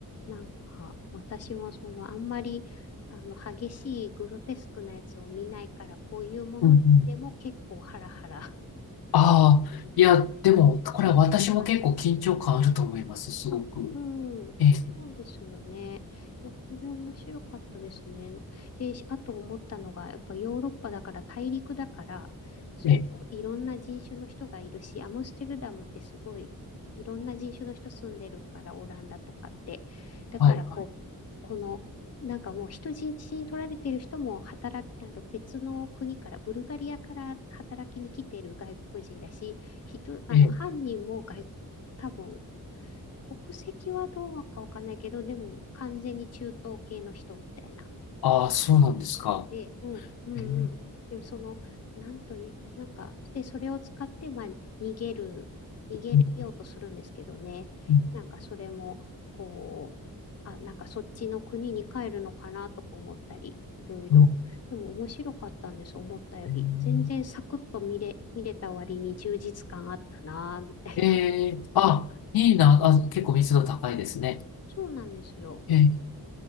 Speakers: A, on the left; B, on the left.
A: なんか、私もその、あんまり、あの、激しいグロテスクなやつを見ないから、こういうものでも結構ハラハラ
B: うんうん。ああ、
A: うん
B: いや、でも、
A: し
B: これは私も結構緊張感あると思います、
A: ました。
B: すごく。
A: あ、うん。
B: ええ、
A: そうですよね。いや、これ面白かったですね。で、しあと思ったのが、やっぱヨーロッパだから大陸だから、そういろんな人種の人がいるし、
B: ええ、
A: アムステルダムってすごいいろんな人種の人住んでるから、オランダとかって。だからこう、
B: はい、はい。
A: この、なんかもう人質に取られてる人も働き、あの別の国から、ブルガリアから働きに来てる外国人だし、人、あの犯人も外多分
B: ええ、
A: 国籍はどうかわかんないけど、でも完全に中東系の人みたいな
B: ああ、そうなんですか。
A: で、うん、うん、
B: ええ、
A: うん。でもその、なんという、なんか、で、それを使って、まあ、逃げる、逃げようとするんですけどね。
B: うんうん
A: なんかそれも、こう、あ、なんかそっちの国に帰るのかなとか思ったり、いろいろ。
B: う
A: でも面白かったんです、思ったより。
B: ん。
A: 全然サクッと見れ、見れた割に充実感あったな、みたいな。
B: ええ、ええあ、いいな。あ、結構密度高いですね。
A: <laughs> そうなんですよ。
B: ええ